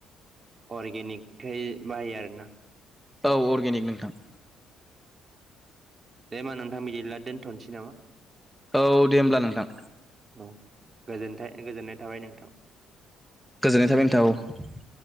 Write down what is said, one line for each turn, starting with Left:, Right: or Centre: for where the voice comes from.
Right: अरगेनिकखाय बाहायो आरो ना।
Centre: औ अर्गेनिक नोंथां।
Right: दे होमबा नोंथां बिदिब्ला दोनथ'नोसै नामा।
Centre: औ दे होमब्ला नोंथां।
Right: औ गोजोनथों गोजोननाय थाबाय नोंथां।
Centre: गोजोननाय थाबाय नोंथां औ।